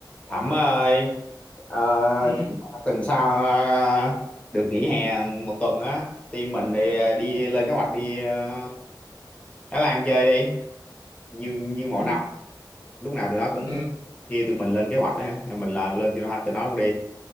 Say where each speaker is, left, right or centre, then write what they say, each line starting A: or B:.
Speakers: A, on the left; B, on the left.
A: Thẩm ơi, ờ,
B: ừ,
A: tuần sau ờ, được nghỉ hè một tuần á, team mình đi đi lên kế hoạch đi ờ, Thái Lan chơi đi, như như mọi
B: ừ,
A: năm, lúc nào tụi nó cũng
B: ừ,
A: đi tụi mình lên kế hoạch á, mình là lên cho nó cho nó luôn đi.